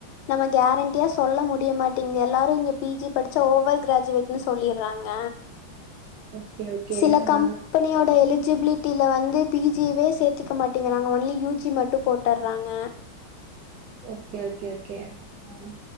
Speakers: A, on the left; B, on the right.
A: நம்ம கேரண்டியா சொல்ல முடியமாட்டீங்கிது எல்லாரு இங்க பி ஜி படிச்சா ஓவர் ஃக்ராஜுவேட்ன்னு சொல்லியறாங்க
B: ஓகே ஓகே
A: சில கம்பனியோட
B: ஆ
A: எழுதி எலிச்சிபிலிட்டில வந்து பீ ஜியேவே சேத்துக்க மாட்டேங்கறாங்க ஒன்லி யூ ஜி மட்டும் போட்டறாங்க
B: ஓகே ஓகே ஓகே ம்